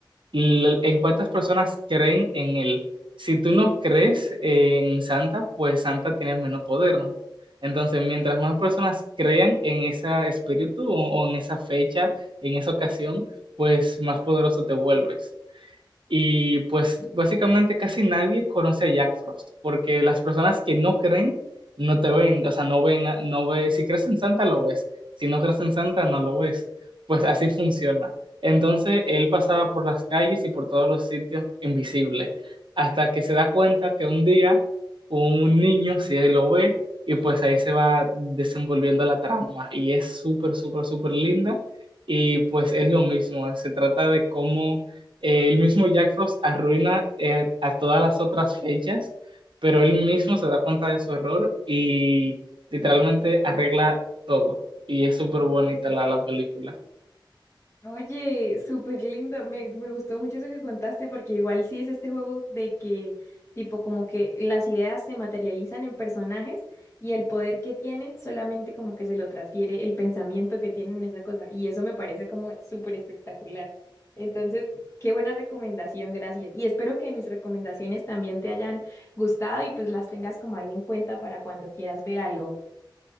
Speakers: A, on the right (about 75°); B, on the left (about 35°).
A: l- en cuántas personas creen en él. Si tú no crees en Santa, pues Santa tiene menos poder, ¿no? Entonces, mientras más personas crean en ese espíritu o, o en esa fecha, en esa ocasión, pues más poderoso te vuelves. Y pues básicamente casi nadie conoce a Jack Frost, porque las personas que no creen no te ven, o sea, no ven, a- no ves, si crees en Santa lo ves, si no crees en Santa no lo ves, pues así funciona. Entonces él pasaba por las calles y por todos los sitios invisible, hasta que se da cuenta que un día un niño sí lo ve y pues ahí se va desenvolviendo la trama y es súper, súper, súper linda y pues es lo mismo, se trata de cómo eh, el mismo Jack Frost arruina eh, a todas las otras fechas, pero él mismo se da cuenta de su error y literalmente arregla todo. Y es súper bonita la, la película.
B: Oye, súper lindo. Me, me gustó mucho eso que contaste porque igual sí es este juego de que tipo como que las ideas se materializan en personajes y el poder que tienen solamente como que se lo transfiere el pensamiento que tienen en esa cosa. Y eso me parece como súper espectacular. Entonces, qué buena recomendación, gracias. Y espero que mis recomendaciones también te hayan gustado y pues las tengas como ahí en cuenta para cuando quieras ver algo.